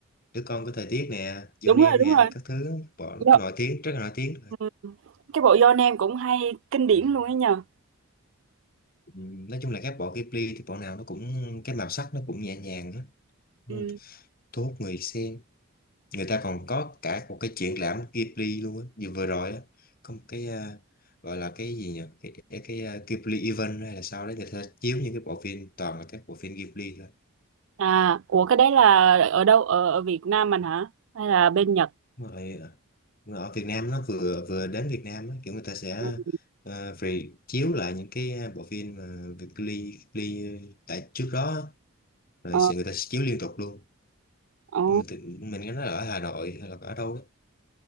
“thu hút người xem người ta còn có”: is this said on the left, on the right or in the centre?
Left